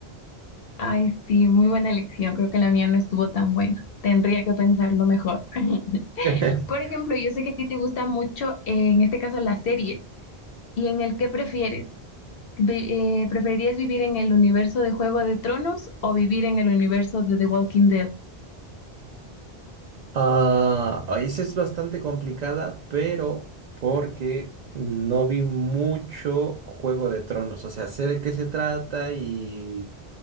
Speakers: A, on the left; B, on the right.
A: Ay, sí, muy buena elección. Creo que la mía no estuvo tan buena. Tendría que pensarlo mejor. <laughs>
B: <laughs>
A: Por ejemplo, yo sé que a ti te gusta mucho, eh, en este caso, las series. ¿Y en el qué prefieres? Vi- eh, ¿preferirías vivir en el universo de Juego de Tronos o vivir en el universo de The Walking Dead?
B: Ah, ah, esa es bastante complicada, pero porque no vi mucho Juego de Tronos. O sea, sé de qué se trata y